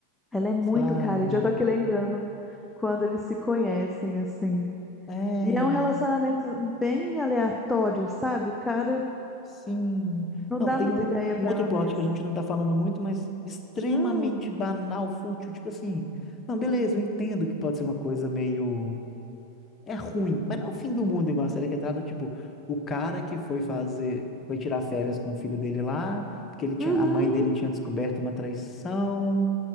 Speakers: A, in the centre; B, on the left (about 20°).
A: ela é muito
B: sabe?
A: cara. Eu já tô aqui lembrando quando eles se conhecem, assim.
B: É,
A: E é um relacionamento bem aleatório, sabe? O cara
B: sim.
A: não
B: Não,
A: dá
B: tem
A: muita
B: um,
A: ideia
B: um
A: pra
B: outro
A: ela
B: plot
A: mesma.
B: que a gente não tá falando muito, mas extremamente
A: Hum.
B: banal, fútil, tipo assim, não, beleza, eu entendo que pode ser uma coisa meio É ruim, mas não é o fim do mundo igual a série retrata, tipo, o cara que foi fazer, foi tirar férias com o filho dele lá, porque ele tinha,
A: Uhum.
B: a mãe dele tinha descoberto uma traição,